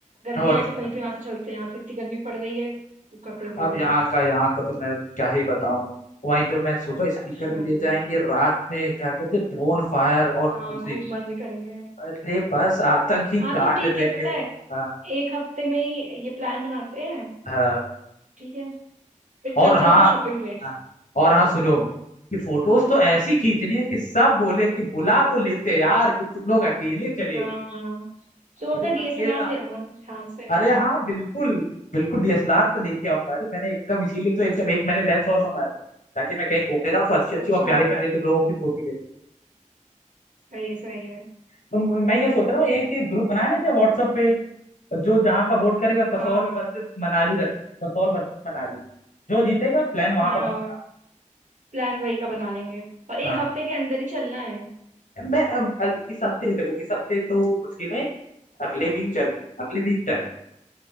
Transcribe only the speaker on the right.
गर्मियाँ
है
तो कहीं तो यहाँ से चलते हैं यहाँ तो इतनी गर्मी पड़ रही है उसका कोई वो
नहीं
चलो
हाँ
खूब मजे करेंगे
हाँ
तो ठीक
है पता है
एक हफ्ते में ही ये प्लान बनाते हैं
ठीक है फिर
कल
चलते हैं शॉपिंग पे
हाँ
हाँ तो अपना
डीएसएलआर
ले आना ध्यान से
अच्छा
सही है सही है
हम्म,
हाँ हाँ
हाँ
प्लान वही का बना लेंगे और एक
हफ्ते के अंदर ही चलना है